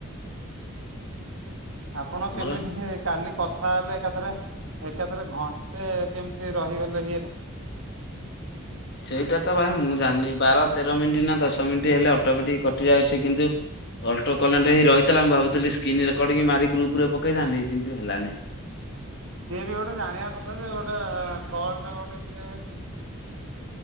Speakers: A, on the right; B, on the left.
A: ଆପଣ
B: ତମର
A: କେମିତି ହେ କାଲି। କଥା ହେଲେ ଏକାଥରେ ଏକାଥରେ ଘଣ୍ଟେ କେମିତି ରହିଗଲେ ଇଏରେ। <inaudible>
B: ସେଇଟା ତ ଭାଇ ମୁଁ ଜାଣିନି ବାର ତେର ମିନିଟ୍ ନା ଦଶ ମିନିଟ୍ ହେଲେ ଅଟୋମେଟିକ କଟିଯାଏ ସେ କିନ୍ତୁ, ଅଲଟୋ କନେଟ୍ ହେଇ ରହିଥିଲା ମୁଁ ଭାବୁଥିଲି ସ୍କ୍ରିନ ରେକର୍ଡିଙ୍ଗ ମାରି ଗ୍ରୁପ ରେ ପକେଇଥାନ୍ତି କିନ୍ତୁ ହେଲାନି।
A: ସିଏ ବି ଗୋଟେ ଜାଣିବା କଥା ଯେ ଗୋଟେ କଲ୍ ଟା ଗୋଟେ ଇଏ ଅଛି।